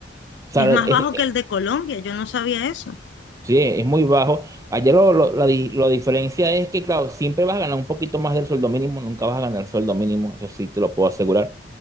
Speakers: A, on the right; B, on the left.
A: O sea,
B: Es más
A: es-
B: bajo que el de Colombia, yo no sabía eso.
A: Sí, es muy bajo. Allá lo, lo- la, di- la diferencia es que, claro, siempre vas a ganar un poquito más del sueldo mínimo, nunca vas a ganar sueldo mínimo, eso sí te lo puedo asegurar.